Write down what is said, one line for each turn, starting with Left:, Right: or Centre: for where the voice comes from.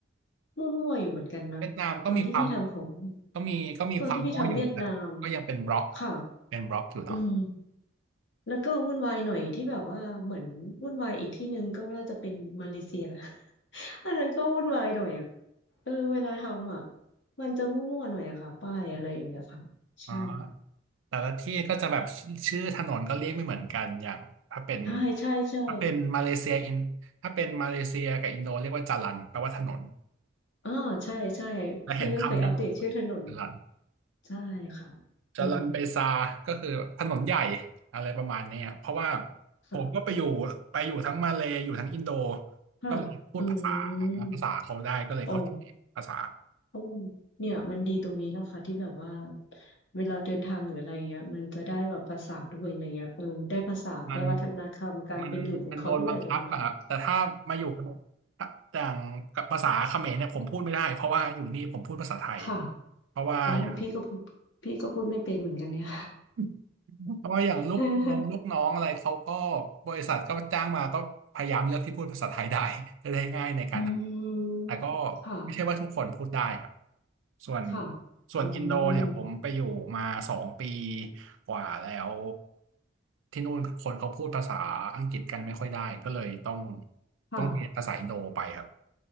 Left: มั่วๆอยู่เหมือนกันนะตอนที่พี่ทำของ
Right: เวียดนามก็มีความก็มีก็มีความมั่วอยู่แต่ก็ยังเป็นบล็อก
Left: ตอนที่พี่ทำเวียดนามค่ะ
Right: เป็นบล็อกอยู่เนาะ
Left: อืมแล้วก็วุ่นวายหน่อยที่แบบว่าเหมือนวุ่นวายอีกที่หนึ่งก็น่าจะเป็นมาเลเซีย <laughs> อันนั้นก็วุ่นวายหน่อยอ่ะเออเวลาทำอ่ะมันจะมั่วๆหน่อยอะค่ะป้ายอะไรอย่างเงี้ยค่ะใช่
Right: อ่าแต่ละที่ก็จะแบบชื่อชื่อถนนก็เรียกไม่เหมือนกันอย่างถ้าเป็น
Left: ใช่ใช่ใช่
Right: ถ้าเป็นมาเลเซียอินถ้าเป็นมาเลเซียกับอินโดเรียกว่าจารันแปลว่าถนน
Left: อ่าใช่ใช่
Right: แล้วเห็นคำนี้อยู่ไหมจารัน
Left: พี่ก็เคยอัปเดตชื่อถนนใช่ค่ะ
Right: จารันเบซาก็คือแบบถนนใหญ่
Left: อืม
Right: อะไรประมาณเนี้ยเพราะว่า
Left: ค่ะ
Right: ผมก็ไปอยู่ไปอยู่ทั้งมาเลย์อยู่ทั้งอินโด
Left: ค่ะอืม
Right: ก็เลยพูดภาษาภาษาเขาได้ก็เลยเข้าใจภาษา
Left: โอ้โอ้เนี่ยมันดีตรงนี้แหละค่ะที่แบบว่าเวลาเดินทางหรืออะไรเงี้ยมันจะได้แบบภาษาด้วยอะไรเงี้ยเออได้ภาษาได้วัฒนธรรมการเป็นอยู่ของเขาด้วยอะไรเงี้ยค่ะ
Right: มันมันมันโดนบังคับอะครับ แต่ถ้ามาอยู่กับอย่างกับภาษาเขมรเนี่ยผมพูดไม่ได้เพราะว่าอยู่นี่ผมพูดภาษาไทย
Left: ค่ะ
Right: เพราะว่าอย่าง
Left: อ๋อพี่ก็พูดพี่ก็พูดไม่เป็นเหมือนกันเนี่ย
Right: <laughs> ก็อย่างลูกน้องลูกน้องอะไรเขาก็
Left: <laughs>
Right: บริษัทก็จ้างมาก็พยายามเลือกที่พูดภาษาไทยได้ <laughs> จะได้ง่ายในการทำแต่ก็
Left: อืมค่ะ
Right: ไม่ใช่ว่าทุกคนพูดได้ครับส่วน
Left: ค่ะ
Right: ส่วนอินโดเนี่ยผมไปอยู่มาสองปี
Left: อืม
Right: กว่าแล้วที่นู่นคนเขาพูดภาษาอังกฤษกันไม่ค่อยได้ก็เลยต้อง
Left: ค่ะ
Right: ต้องเรียนภาษาอินโดไปครับ